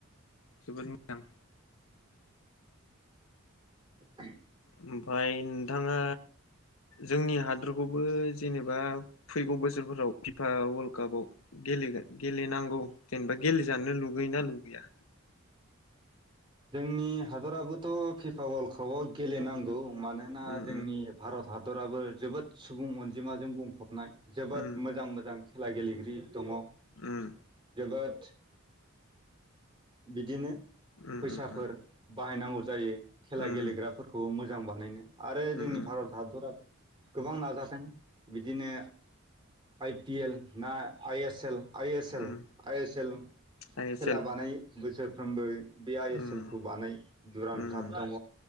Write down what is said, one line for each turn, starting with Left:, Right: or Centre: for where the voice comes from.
Left: जोबोद मोजां।
Right: <unintelligible>
Left: ओमफाय नोंथाङा जोंनि हाद दोरखौबो जेनेबा फैगौ बोसो फोराव फिफा वल्ड कापआव गेले-गेलेनांगौ जेनेबा गेलेजानो लुगैयो ना लुगैया?
Right: जोंनि हादराबोथ' फिफा वल्ड कापआव गेलेनांगौ। मानोना
Left: उम
Right: जोंनि भारत हादराबो जोबोद सुबुं अनजिमाजों बुंफबनाय। जोबोद
Left: उम
Right: मोजां खेला गेलेगिरि दङ'
Left: उम
Right: जोबोद बिदिनो
Left: उम
Right: फैसाफोर
Left: उम उम
Right: बाहायनांगौ जायो। खेला
Left: उम
Right: गेलेग्राफोरखौ मोजां जां बानायनो। आरो
Left: उम
Right: जोंनि भारत
Left: उम
Right: हादराबो गोबां नाजादों बिदिनो आइ पि एल ना I S L I
Left: उम
Right: S L
Left: उम
Right: I S L
Left: I S
Right: खेला
Left: एल
Right: बानायो बोसोर <unintelligible> बे आइ एस
Left: उम
Right: एल खौ बानाय दुरान
Left: उम
Right: काप दङ